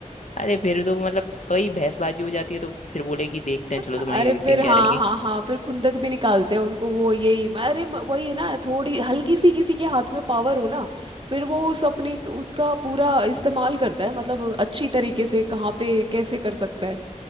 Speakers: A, on the left (about 65°); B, on the right (about 40°).
A: अरे फिर तो मतलब वही बहसबाजी हो जाती है तो फिर बोले कि देखते हैं चलो
B: अरे
A: तुम्हारी रेटिंग
B: फिर हाँ
A: क्या रहेगी
B: हाँ हाँ फिर खुंदक भी निकालते हैं उनको वो यही अरे म- वही है ना थोड़ी हल्की सी किसी के हाथ में पावर हो ना फिर वो उस अपने उसका पूरा इस्तेमाल करता है मतलब अच्छी तरीके से कहाँ पे कैसे कर सकता है